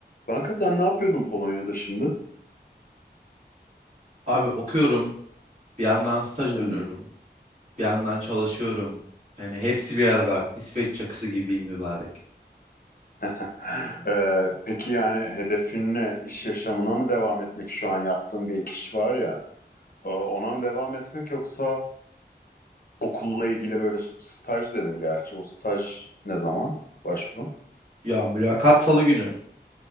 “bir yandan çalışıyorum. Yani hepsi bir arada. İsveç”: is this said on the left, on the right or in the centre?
Right